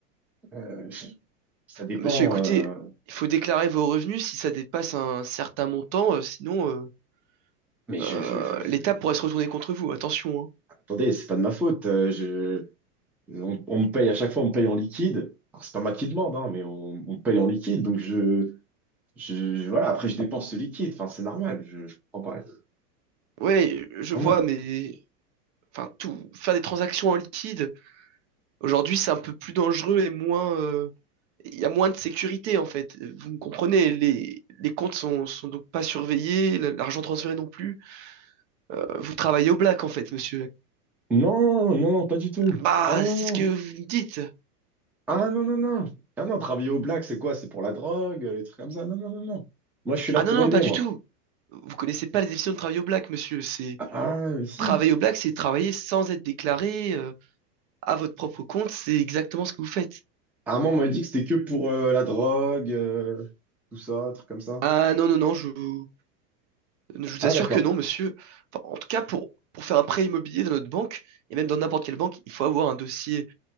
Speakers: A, in the centre; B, on the right.
A: euh, je- ça dépend.
B: Monsieur, écoutez,
A: euh,
B: il faut déclarer vos revenus si ça dépasse un certain montant, euh, sinon euh,
A: mais je,
B: euh,
A: je, je, je...
B: l'État pourrait se retourner contre vous. Attention, hein.
A: Attendez, c'est pas de ma faute. euh, je... on, on me paye à chaque fois, on me paye en liquide. Alors, c'est pas moi qui demande, hein, mais on, on me paye en liquide. Donc, je, je, je- Voilà, après, je dépense ce liquide. Enfin, c'est normal. Je, je comprends pas. c'est
B: Ouais, je
A: normal.
B: vois, mais enfin tout faire des transactions en liquide, aujourd'hui c'est un peu plus dangereux et moins euh, il y a moins de sécurité en fait. Vous me comprenez, les, les comptes sont, sont donc pas surveillés, l- l'argent transféré non plus. Euh, vous travaillez au black en fait, monsieur
A: Non, non, non, pas du tout.
B: Bah,
A: Ah non,
B: c'est
A: non,
B: ce
A: non.
B: que vous me dites.
A: Ah non, non, non. Ah non, travailler au black, c'est quoi? C'est pour la drogue, les trucs comme ça. Non, non, non, non. Moi, je suis là
B: Ah
A: pour
B: non, non,
A: aider,
B: pas du
A: moi.
B: tout. Vous connaissez pas les définitions de travail au black, monsieur. C'est
A: Ah, ah, mais si.
B: travailler au black, c'est travailler sans être déclaré euh, à votre propre compte. C'est exactement ce que vous faites.
A: À un moment, on m'a dit que c'était que pour euh, la drogue, euh, tout ça, trucs comme ça.
B: Ah non, non, non, je vous, je vous
A: Ah,
B: assure
A: d'accord.
B: que non, monsieur. Enfin, en tout cas, pour, pour faire un prêt immobilier dans notre banque, et même dans n'importe quelle banque, il faut avoir un dossier